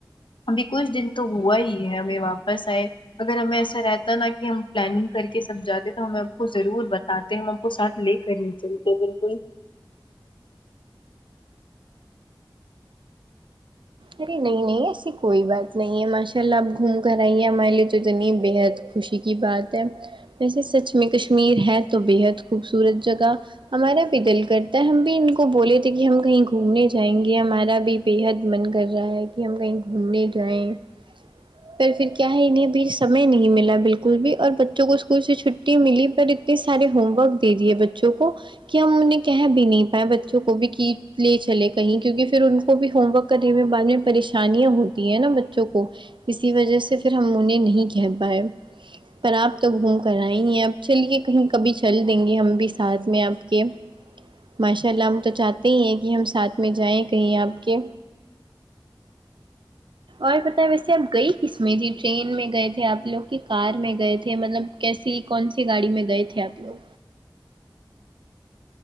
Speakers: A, on the left (about 80°); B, on the right (about 75°).
A: ابھی کچھ دن تو ہوا ہی ہے ہمیں واپس آئے اگر ہمیں ایسا رہتا نا کہ ہم پلاننگ کر کے سب جاتے تو ہمیں کو ضرور بتاتے ہم کو ساتھ لے کر ہی چلتے بالکل
B: ارے نہیں نہیں ایسی کوئی بات نہیں ہے ماشاء اللہ اب گھوم کر آئیے ہمارے لیے تو اتنی بے حد خوشی کی بات ویسے سچ میں کشمیر ہے تو بے حد خوبصورت جگہ ہمارا بھی دل کرتا ہے ہم بھی کو بولے تھے کہ ہم کہیں گھومنے جائیں گے ہمارا بھی بے حد من کر رہا ہے کہ ہم کہیں گھومنے جائیں پر پھر کیا ہے انہیں بھی سمے نہیں ملا بالکل بھی اور بچوں کو اسکول سے چھٹی ملی پر اتنے سارے ہوم ورک دے دئیے بچوں کو کہ ہم انہیں کہہ بھی نہیں پائے بچوں کو بھی کی لے چلے کہیں کیونکہ پھر ان کو بھی ہوم ورک قریبی بان <unintelligible> پریشانیاں ہوتی ہیں نا بچوں کو اسی وجہ سے پھر ہم انہیں نہیں کہہ پائے پر آپ تو گھوم کر آئی ہیں اب چلیے کہیں کبھی چل دیں گے ہم بھی ساتھ میں آپ کے ماشاء اللہ ہم تو چاہتے ہی ہیں کہ ہم ساتھ میں جائیں کہیں آپ کے اور پتہ ویسے آپ گئی کس میں تھی ٹرین میں گئے تھے آپ لوگ کی کار میں گئے تھے مطلب کیسی کون سی گاڑی میں گئے تھے آپ لوگ